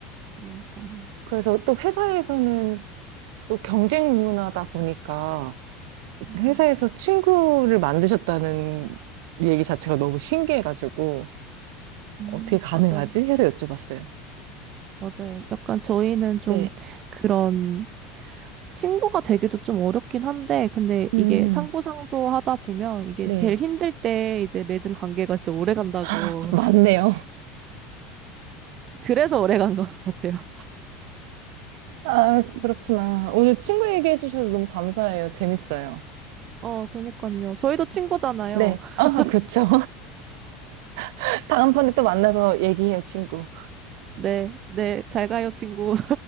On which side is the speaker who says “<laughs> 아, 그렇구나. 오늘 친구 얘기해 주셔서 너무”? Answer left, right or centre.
Right